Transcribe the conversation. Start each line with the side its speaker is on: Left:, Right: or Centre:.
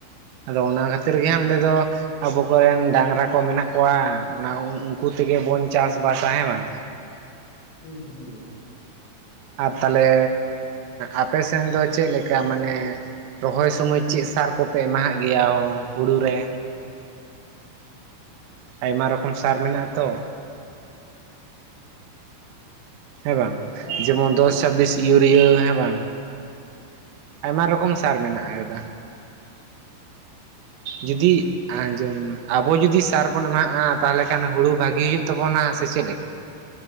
Right: ᱟᱫᱚ ᱚᱱᱟ ᱠᱷᱟᱹᱛᱤᱨ ᱜᱮ ᱚᱸᱰᱮ ᱫᱚ ᱟᱵᱚ ᱠᱚᱨᱮᱱ ᱰᱟᱝᱜᱽᱨᱟ ᱠᱚ ᱢᱮᱱᱟᱜ ᱠᱚᱣᱟ᱾ ᱚᱱᱟ ᱩᱱᱠᱩ ᱛᱮᱜᱮ ᱵᱚᱱ ᱪᱟᱥ ᱵᱟᱥᱟᱼᱟ, ᱦᱮᱸ ᱵᱟᱝ?
Left: ᱦᱩᱸ ᱮᱠᱫᱚᱢ ᱮᱠᱫᱚᱢ᱾
Right: ᱟᱨ ᱛᱟᱦᱞᱮ ᱟᱯᱮ ᱥᱮᱱ ᱫᱚ ᱪᱮᱫ ᱞᱮᱠᱟ ᱢᱟᱱᱮ ᱨᱚᱦᱚᱭ ᱥᱚᱢᱚᱭ ᱪᱮᱫ ᱥᱟᱨ ᱠᱚᱯᱮ ᱮᱢᱟᱦᱟᱜ ᱜᱮᱭᱟ, ᱦᱩᱲᱩ ᱨᱮ? ᱟᱭᱢᱟ ᱨᱚᱠᱚᱢ ᱥᱟᱨ ᱢᱮᱱᱟᱜᱼᱟ ᱛᱚ᱾ ᱦᱮᱸ ᱵᱟᱝ
Left: ᱟᱵᱟᱨ
Right: ᱡᱮᱢᱚᱱ ᱫᱚᱥ
Left: ᱢᱚᱡᱽ
Right: ᱪᱷᱟᱵᱤᱥ
Left: ᱛᱮ ᱵᱟᱝ ᱥᱤ
Right: ᱤᱭᱩᱨᱤᱭᱟ ᱦᱮᱸ ᱵᱟᱝ? ᱟᱭᱢᱟ ᱨᱚᱠᱚᱢ ᱥᱟᱨ ᱢᱮᱱᱟᱜ ᱟᱠᱟᱫᱟ᱾ ᱡᱩᱫᱤ ᱟᱸᱡᱚᱢ ᱟᱵᱚ ᱡᱩᱫᱤ ᱥᱟᱨ ᱵᱚᱱ ᱮᱢᱟᱜᱼᱟ, ᱛᱟᱦᱚᱞᱮ ᱠᱷᱟᱱ ᱦᱩᱲᱩ ᱵᱷᱟᱹᱜᱤ ᱦᱩᱭᱩᱜ ᱛᱟᱵᱚᱱᱟ ᱥᱮ ᱪᱮᱫ ᱞᱮᱠᱟᱻ